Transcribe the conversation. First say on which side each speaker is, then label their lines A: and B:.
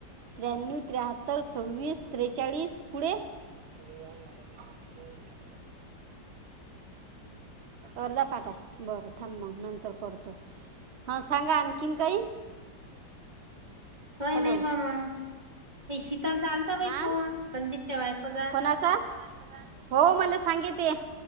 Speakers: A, on the right; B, on the right.
A: त्र्याण्नव ते्रेहत्तर च्वीस त्रेचाळीस पुढे ते अर्धा पाट आहे बरं थांब मग नंतर करतो. हा सांगा आणखी काही
B: का
A: हॅलो
B: नाही प म ते शीतल चालता बाई
A: हां
B: कोण संदीपच्या बायको जा
A: कोणाचा? हो मला सांगी ते